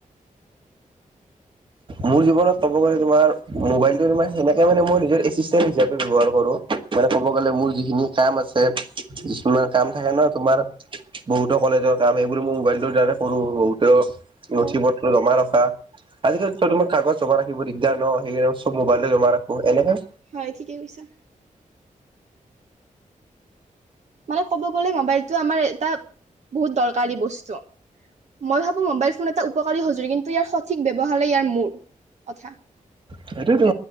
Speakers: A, on the right; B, on the right.
A: মোৰ জীৱনত ক'ব গলে তোমাৰ মোবাইল সেনেকে মানে মই নিজৰ এচিষ্টেণ্ট হিচাপে ব্যৱহাৰ কৰো, মানে কব গলে মোৰ যিখিনি কাম আছে যিছুমান কাম থাকে ন, তোমাৰ বহুতো কলেজৰ কাম সেইবোৰ মই মোবাইলটোৰ দাৰ কৰো বুত। নথি
B: হয়
A: পত্ৰ জমা ৰখা। আজি কালি । তোমাৰ, কাগজ জমা ৰাখিব দিগদাৰ ন সেই চব মোবাইলে জমা ৰাখো এনেহে।
B: হয় ঠিকে কৈছা। মানে ক'ব গ'লে মোবাইল। টো আমাৰ এটা বহুত দৰকাৰী বস্তু। মই ভাবোঁ মোবাইল ফোন এটা উপকাৰী সঁজৰি কিন্তু ইয়াৰ সঠিক ব্যৱহাৰেই ইয়াৰ মূৰ কথা।
A: সেইটোয়তো।